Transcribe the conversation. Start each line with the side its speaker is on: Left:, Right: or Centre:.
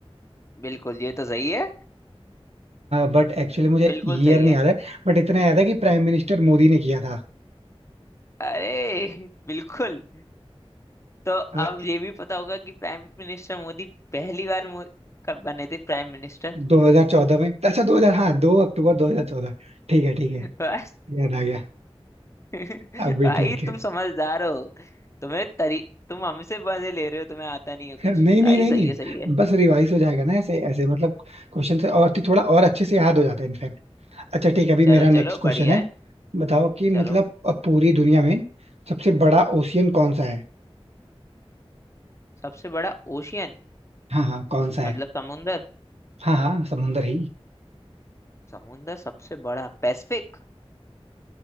Left: बिल्कुल ये तो सही है
Right: बट एक्चुअली मुझे
Left: बिल्कुल
Right: ईयर
Left: सही
Right: नहीं
Left: है
Right: याद है बट इतना याद है कि प्राइम मिनिस्टर मोदी ने किया था
Left: अरे <laughs> बिल्कुल तो
Right: अ,
Left: अब ये भी पता होगा कि प्राइम मिनिस्टर मोदी पहली बार मो- कब बने थे प्राइम मिनिस्टर
Right: 2014 में अच्छा 2000 हाँ दो अक्टूबर 2014 ठीक है ठीक
Left: <laughs>
Right: है
Left: बस
Right: याद आ गया
Left: <laughs>
Right: अब भी
Left: भाई
Right: ठीक है
Left: तुम समझदार हो तुम्हें तरी तुम हमसे मजे ले रहे हो तुम्हें आता नहीं है कुछ
Right: नहीं नहीं
Left: भाई
Right: नहीं
Left: सही
Right: नहीं
Left: है सही है
Right: बस रिवाइज हो जाएगा ना ऐसे ऐसे मतलब क्वेश्चन से और थी- थोड़ा और अच्छे से याद हो जाता है इनफैक्ट अच्छा ठीक है अभी
Left: चलो
Right: मेरा नेक्स्ट
Left: चलो
Right: क्वेश्चन
Left: बढ़िया
Right: है
Left: है
Right: बताओ कि मतलब
Left: चलो
Right: अब पूरी दुनिया में सबसे बड़ा ओशियन कौन सा है
Left: सबसे बड़ा ओशियन
Right: हाँ हाँ कौन सा है
Left: मतलब समुंदर
Right: हाँ हाँ समुंदर ही
Left: समुंदर सबसे बड़ा पैसिफिक